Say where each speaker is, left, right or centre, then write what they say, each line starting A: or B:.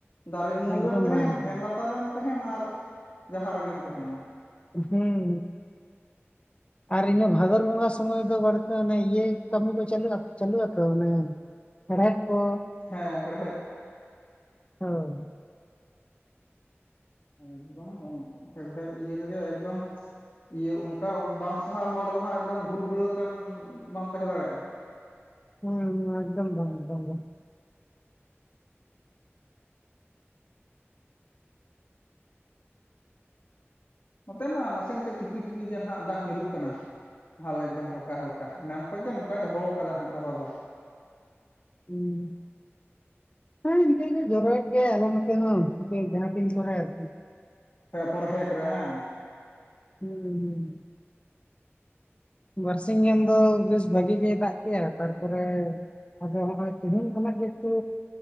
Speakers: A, on the left; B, on the left.
A: ᱫᱟᱨᱮ ᱩᱢᱩᱞ
B: ᱮᱠᱫᱚᱢ
A: ᱨᱮᱢ ᱛᱟᱦᱮᱱ
B: ᱵᱟᱝ ᱮᱠᱫᱚᱢ
A: ᱯᱷᱮᱱ ᱞᱟᱛᱟᱨ ᱨᱮᱢ ᱛᱟᱦᱮᱱ ᱟᱨ ᱡᱟᱦᱟᱸ ᱨᱮᱜᱮᱢ ᱛᱟᱦᱮᱱ᱾
B: ᱦᱩᱸ ᱦᱩᱸ
A: <unintelligible>
B: ᱟᱨ ᱤᱱᱟᱹ ᱵᱷᱟᱫᱚᱨ ᱵᱚᱸᱜᱟ ᱥᱚᱢᱚᱭ ᱫᱚ ᱵᱟᱹᱲ ᱚᱱᱮ ᱤᱭᱟᱹ ᱠᱟᱹᱢᱤ ᱠᱚ ᱪᱟᱞᱩ ᱟᱛᱚ ᱚᱱᱮᱼᱼ ᱦᱮᱲᱮᱫ ᱠᱚᱼᱼ
A: ᱦᱮᱸ ᱦᱮᱲᱦᱮᱫ,
B: ᱦᱳᱭ᱾
A: ᱮᱠᱫᱚᱢ ᱦᱮᱲᱦᱮᱫ ᱤᱭᱟᱹ ᱨᱮᱜᱮ ᱮᱠᱫᱚᱢᱼᱼ ᱤᱭᱟᱹ ᱚᱱᱠᱟ ᱵᱟᱝ ᱥᱟᱦᱟᱜ ᱦᱚᱲ ᱫᱚ ᱦᱟᱸᱜ ᱮᱠᱫᱚᱢ ᱜᱷᱩᱞ ᱜᱷᱩᱞᱟᱹ ᱛᱮᱢ ᱵᱟᱢ ᱛᱟᱦᱮᱸ ᱫᱟᱲᱮᱭᱟᱜᱼᱟ᱾
B: ᱦᱩᱸ ᱟᱠᱫᱚᱢ ᱵᱟᱝ᱾
A: ᱱᱚᱛᱮ ᱢᱟ ᱱᱟᱥᱮ ᱱᱟᱥᱮ ᱴᱷᱤᱯᱤ ᱴᱷᱤᱯᱤ ᱜᱟᱱ ᱦᱟᱸᱜ ᱫᱟᱜ ᱧᱩᱨᱩᱜ ᱠᱟᱱᱟ᱾ ᱵᱷᱟᱞ ᱮᱠᱫᱚᱢ ᱦᱟᱞᱠᱟ ᱦᱟᱞᱠᱟ ᱮᱱᱟᱱ ᱠᱷᱚᱱᱚᱡ ᱜᱮ ᱱᱚᱝᱠᱟᱭ ᱫᱚᱦᱚ ᱟᱠᱟᱫᱟ ᱦᱟᱸᱜ ᱫᱚᱦᱚ ᱫᱚ᱾
B: ᱦᱩᱸ᱾ ᱦᱮ ᱤᱱᱠᱟᱹ ᱜᱮ ᱡᱚᱨᱚᱭᱮᱫ ᱜᱮᱭᱟᱭ ᱟᱞᱮ ᱱᱚᱛᱮ ᱦᱚᱸ ᱡᱟᱦᱟᱸ ᱛᱤᱱ ᱠᱚᱨᱮᱫ᱾
A: ᱦᱮᱸ ᱯᱚᱨᱦᱮᱠ ᱨᱮ ᱦᱮᱸ,
B: ᱦᱩᱸ ᱦᱩᱸ ᱦᱩᱸ ᱵᱟᱨᱥᱤᱧ ᱜᱟᱱ ᱫᱚ ᱵᱮᱥ ᱵᱷᱟᱜᱤ ᱜᱮᱭ ᱫᱟᱜ ᱠᱮᱭᱟ ᱛᱟᱨᱯᱚᱨᱮᱼᱼ ᱟᱫᱚ ᱱᱚᱜᱚᱭ ᱛᱮᱦᱮᱧ ᱠᱷᱚᱱᱟᱜ ᱜᱮ ᱮᱠᱴᱩᱼᱼ